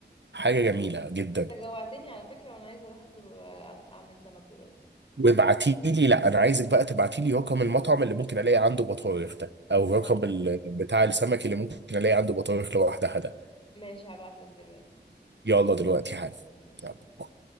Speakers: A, on the right (about 75°); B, on the left (about 30°).
A: حاجة جميلة جدا
B: انت جوعتني على فكره وانا عايزه اروح اطلب آه، اعمل سمك دلوقتي
A: وابعتي لي لا أنا عايزك بقى تبعتي لي رقم المطعم اللي ممكن ألاقي عنده بطارخ ده أو رقم
B: خلاص
A: ال... بتاع السمك اللي ممكن ألاقي عنده بطارخ لوحدها ده
B: ماشي هبعت لك دلوقتي
A: يلا دلوقتي حالا
B: ماشي
A: يلا.